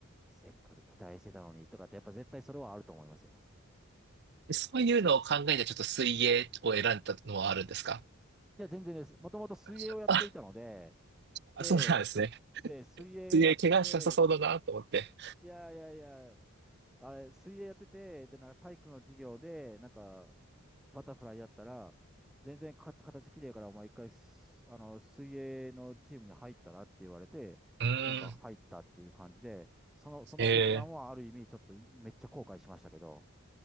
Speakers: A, in the centre; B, on the right.
A: せっかく期待してたのにとかって、やっぱ絶対それはあると思いますよ。
B: そういうのを考えて、ちょっと水泳を選んだのはあるんですか
A: いや、全然です。もともと水泳をやっていたので、
B: あ、あそうなんですね。
A: で、で、水泳やってて、
B: 水泳怪我しなさそうだなと思って。
A: いやいやいや、あれ、水泳やってて、で、なんか体育の授業で、なんか、バタフライやったら、全然か形きれいから、お前一回す、あの、水泳のチームに入ったらって言われて、
B: うーん。
A: なんか入ったっていう感じで、その、その決断はある意味、
B: ええ
A: ちょっといめっちゃ後悔しましたけど、